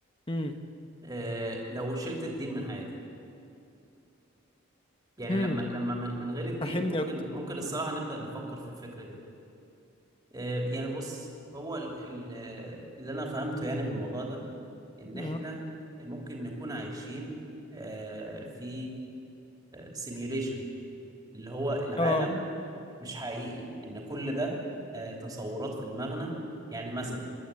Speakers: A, on the left; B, on the right.
A: امم
B: آه، لو شلت الدين من حياتك يعني
A: امم
B: لما لما من من غير الدين
A: فهمني
B: ممكن
A: اكتر
B: ممكن الصراحة نبدأ نفكر في الفكرة دي آه، يعني بص هو ال- ال- آه، اللي أنا فهمته يعني من الموضوع ده إن
A: اه
B: إحنا ممكن نكون عايشين آه، في سيميوليشن اللي هو العالم
A: اه
B: مش حقيقي إن كل ده آه، تصورات في دماغنا يعني مثلا